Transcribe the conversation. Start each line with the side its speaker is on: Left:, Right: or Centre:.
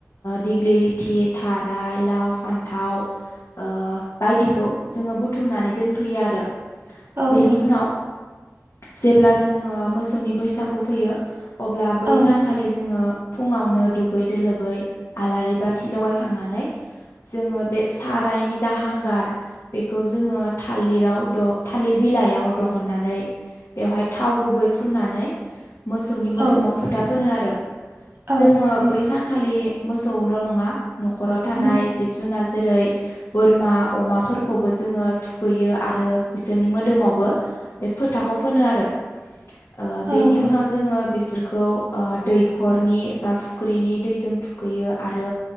Left: दिग्लि लिथि थाराय लाव फान्थाव। ओ बायदिखौ जोङो बुथुमनानै दोनफैयो आरो
Right: औ
Left: बेनि उनाव। जेब्ला जोङो मोसौनि बैसागु फैयो। अब्ला बै
Right: औ
Left: सानखालि जोङो फुङावनो दुगै दोलोबै आलारि बाथि लगाय। थांनानै जोङो बे सारायनि जा हांगार। बेखौ जोङो थालिराव द थालिर बिलाइयाव दहननानै बेवहाय थाव गुबै फुननानै। मोसौनि मोदोमाव
Right: औ
Left: फोथा फोनो आरो
Right: औ
Left: जोङो
Right: उम
Left: बै सानखालि। मोसौल नङा नखराव थानाय
Right: उम
Left: जिब जुनार जेरै। बोरमा अमाफोरखौबो जोङो थुखैयो आरो बिसोरनि मोदोमावबो बे फो थाखौ फोनो आरो ओ बेनि
Right: औ
Left: उनाव
Right: औ
Left: जोङो बिसोरखौ ओ दै खरनि बा फुख्रिनि दैजों थुखैयो आरो।